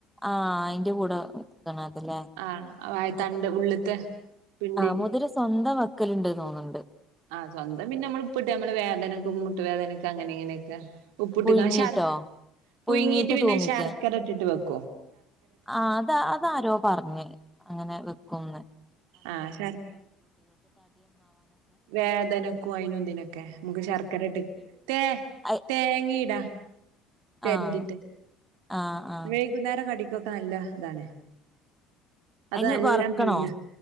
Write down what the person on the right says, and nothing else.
ആഹ് വായതണ്ട് ഉള്ളിത്തെ പിണ്ടി
ആഹ് സ്വന്തം പിന്നെ നമ്മൾ ഉപ്പിട്ട് നമ്മൾ വേദനക്കും മുട്ട് വേദനക്കും അങ്ങനെ ഇങ്ങനെക്കെ ഉപ്പിട്ട്
ക്കാ ശർ
പുയിങ്ങിട്ട് പിന്നെ
ശർക്കര ഇട്ടിട്ട് വെക്കു
ആഹ് ശർ വേദനക്കും അയിനും ഇതിനും ഒക്കെ നമുക്ക് ശർക്കര ഇട്ട് തെ
തേങ്ങ ഇടാ തെരണ്ടിട്ട്
വൈകുന്നേരം കടികൊ നല്ല ഇതാണ് അത്
നല്ലോം
പിയിഞ്ഞ്